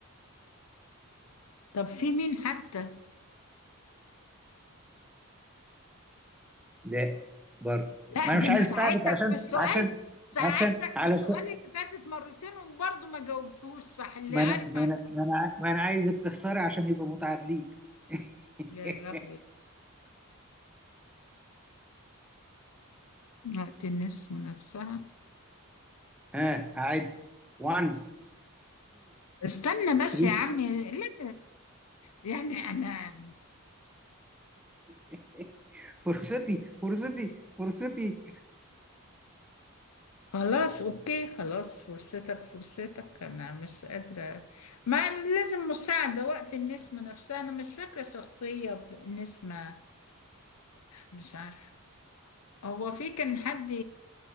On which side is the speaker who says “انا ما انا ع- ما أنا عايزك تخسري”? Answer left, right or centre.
Centre